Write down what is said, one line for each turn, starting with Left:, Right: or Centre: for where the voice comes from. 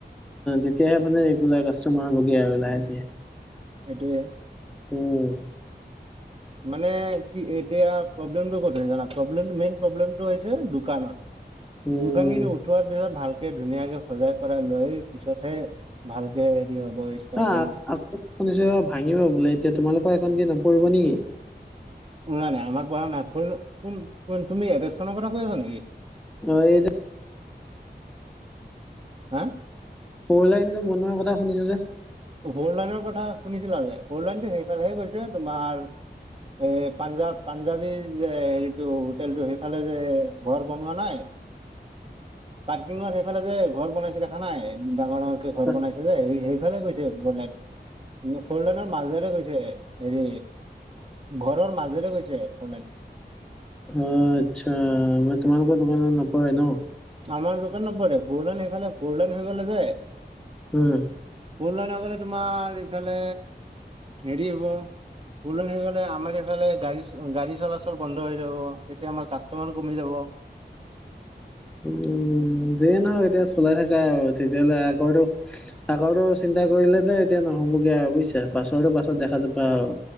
Centre: তেতিয়াহে মানে ৰেগুলাৰ কাষ্টমাৰ হবগে আৰু লাহে
Right: সেইটোৱে।
Centre: উম।
Right: মানে কি এতিয়া প্ৰব্লেমটো কত জান, প্ৰব্লেম মেইন প্ৰব্লেমটো হৈছে দোকান ত,
Centre: উম
Right: দোকানখিনি উঠোৱাৰ পিছত ভাল ধুনীয়াকে সজাই পৰাই লৈ পিছতহে ভালকে হ'ব ষ্টাৰ্টিং
Centre: হা আকৌ শুনিছো ভাঙিব বোলে, এতিয়া তোমালোকৰ এখন কি নপৰিব নেকি?
Right: নাই নাই আমাক পৰা নাই, কোন তুমি এবেকনৰ কথা কৈ আছা নেকি?
Centre: অ এইটো
Right: হা?
Centre: ফলাইনটো বোনৱা কথা শুনিছো যে।
Right: ফৰলাইনৰ কথা শুনিছিলা যে, ফৰলাইনটো সেইফালেহে গৈছে তোমাৰ এই পাঞ্জাৱ-পাঞ্জাবীৰ যে হেৰিটো হোটেলটো সেইফালে যে ঘৰ বনোৱা নাই। পাৰ্কিঙত সেইফালে যে ঘৰ বনাইছিল দে খ নাই। ডাঙৰ-ডাঙৰকে ঘৰ
Centre: অ
Right: বনাইছে যে, সেইফালে গৈ ফৰলেৰ মাজ গৈছে হেৰি, ঘৰৰ মাজেৰে গৈছে ফৰ্লাইন
Centre: অ' আচ্ছা মই তোমালোকৰ দোকানত নপৰে ন।
Right: আমাৰ দোকানৰ নপৰে বৰলাইন বৰলাইন হৈ গ'লে যে
Centre: উম।
Right: বৰলাইন হৈ গ'লে তোমাৰ ইফালে হেৰি হ'ব। বৰলাইন হৈ গ'লে আমাৰ এইফালে গাড়ী গাড়ী চলাচল বন্ধ হৈ যাব। তেতিয়া আমাৰ কাষ্টমাৰো কমি যাব। অ
Centre: উম উম, যিয়ে নহক এতিয়া চলাই থাকা আৰু তেতিয়াহলে আগো আগটো চিন্তা কৰিলে যে এতিয়া নহয় নহ'বগে আৰু বুজিছে, পাছৰো পাছত দেখা যাবা আৰু।